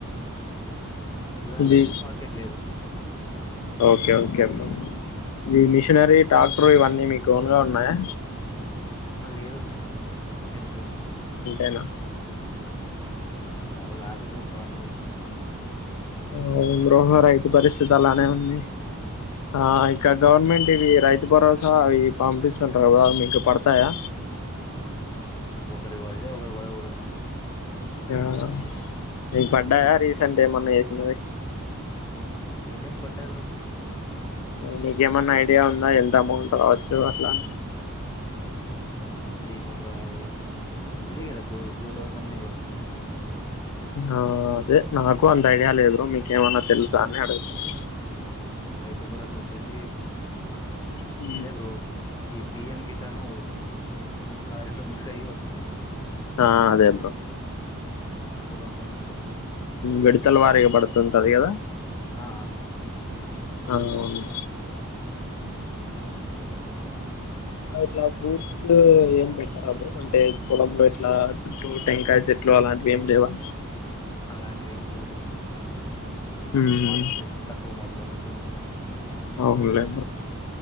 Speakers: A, on the left; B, on the left.
A: పెద్దదానిక
B: ఇది
A: అయితే మార్కెట్ లేదు
B: ఓకే ఓకే <unintelligible> ఇ మిషనరీ టాక్టరు ఇవన్నీ మీకు ఓన్గా ఉన్నాయా
A: ఆ లేదు బరు రెంట్
B: ఏనా
A: చాలా లాస ఫార్మలు
B: ఆ గృహ రైతు పరిస్థితి అలానే ఉంది ఆ ఇంక గవర్నమెంట్ ఇవి రైతు భరోసా అవి పంపిస్తుంటారుా కదా మీక పడతాయా
A: ఒకరికి పడితే ఒకరి పడవు బ్రో
B: ఆ నీకు పడ్డాయా రీసెంట్గా ఏమన్నా చేసినవి
A: రీసెంట్ పడ్డాయి బ్రో
B: మీకేమన్నా ఐడియా ఉందా ఎంత అమౌంట్ రావచ్చు అట్లాని
A: ఏమో బ్రో అది ఇదే కదా ఇప్పు టూ థౌసండ్ సంథింగ్ వస్తుంది
B: ఆ అదే నాకు అంత ఐడియా లేదు్ మీకేమన్నా తెలుసా అని అడుగుతాను
A: రైతు బరోసా వచ్చేసి
B: హ
A: అదే బ్రో ఈ పిఎం కిసాను ఆ రెండ మిక్స్ అయ్యి వస్తుంది
B: ఆ అదే బ్రో
A: టూ థౌసండ్ సంథింగ్ వస్తుంది
B: విడతల వారీగా పడుతుంటంది కదా
A: ఆ
B: అ అవును ఇంకా ఇట్లా ఫ్రూట్స్ ఏం పెట్టారు అప్పుడు అంటే పొలంలో ఇట్లా చుట్టూ టెంకాయ చెట్లా అలాంటివి ఏం లేవా
A: అలాంటి ఏం లేవు బ్రో
B: మ్మ్
A: వాటర్ స్పెసిలిటీ తక్కువ మాకు అందుకు
B: అవునులే
A: ఇదిగా